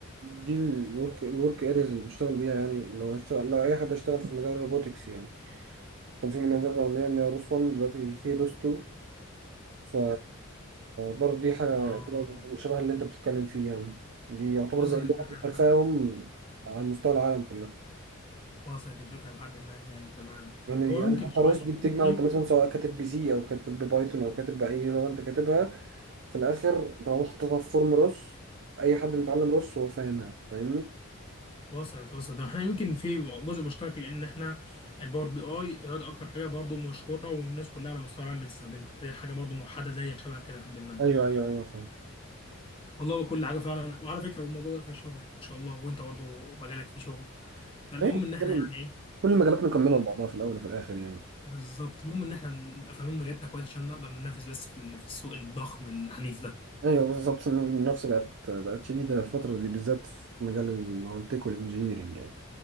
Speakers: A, on the right; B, on the left.
A: دي الورك الورك ارياز اللي بيشتغل بيها يعني لو هشتغل لو اي حد اشتغل في مجال الروبوتكس يعني كان في منها ذكرى عمليه اللي هي روس 1 دلوقتي في روس 2 ف برضه دي حاجه
B: اه
A: بتبقى شبه اللي انت بتتكلم فيه يعني دي يعتبر
B: وصلت
A: زي لغه
B: الفكره
A: التفاهم
B: لحد
A: على مستوى العالم كله
B: وصلت الفكره لحد ما غالي تمام
A: يعني
B: هو
A: يعني
B: يمكن
A: حتى
B: شويه
A: الروس دي بتجمع
B: يمكن يم...
A: انت مثلا سواء كاتب بي سي او كاتب ببايثون او كاتب باي لغه انت كاتبها في الاخر لو حطيتها في فورم روس اي حد متعلم روس هو فاهمها فاهمني؟
B: وصلت وصلت احنا يمكن في جزء مشترك لان احنا الباور بي اي هي ده اكتر حاجه برضو مشهوره والناس كلها على مستوى العالم بتستخدمها فدي حاجه برضو موحده زيك شبه كده لحد ما
A: ايوه ايوه ايوه فاهم
B: والله كل حاجه فعلا وعلى فكره والموضوع ده في شغل ان شاء الله وانت برضو مجالك في شغل فالمهم
A: ايوه
B: ان احنا
A: كده
B: يعني ايه
A: كل المجالات مكمله لبعضها في الاول وفي الاخر يعني
B: بالظبط المهم ان احنا نبقى فاهمين مجالاتنا كويس عشان نقدر ننافس بس في ال- في السوق الضخم العنيف ده
A: ايوه بالظبط المنافسه بقت بقت شديده الفتره دي بالذات في مجال ال- التك والانجينيرنج يعني